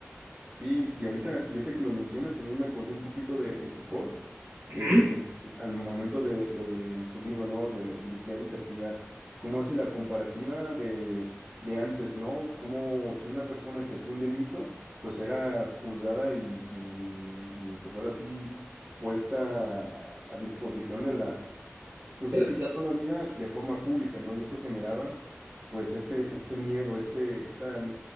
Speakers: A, on the right; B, on the right.
A: Sí, y ahorita, yo te que lo mencionas, también me acordé un poquito de, de Foucault,
B: Uh
A: este,
B: -huh.
A: al momento de, de- en su libro, ¿no? De, de Vigilar y Castigar, cómo hace la comparativa de, de antes, ¿no? Cómo si una persona que hacía un delito, pues era juzgada y, y, y, pues ahora sí puesta a disposición de la, pues
B: de
A: sí,
B: la,
A: quitando la vida de forma pública, ¿no? Y eso generaba, pues, este, este miedo, este, esta,